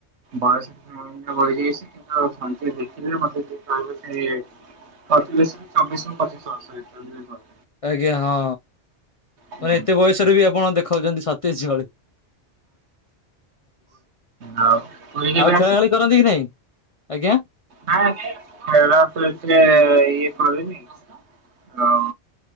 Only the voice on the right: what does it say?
ବୟସ ଟିକେ ମୋର ବଢ଼ି ଯାଇଛି କିନ୍ତୁ ମତେ ଦେଖିଲେ ମତେ କିଏ କହିବ ଯେ ଅତି ବେଶୀରେ ଚବିଶ ରୁ ପଚିଶ ବର୍ଷ ହେଇଥିବ ଇଏ କଲେ।
ହୁଁ
ଆଉ ପୁରୀ କେବେ
ହଁ ଖେଳକୁ ଏତେ ଇଏ କରିନି। ଆଉ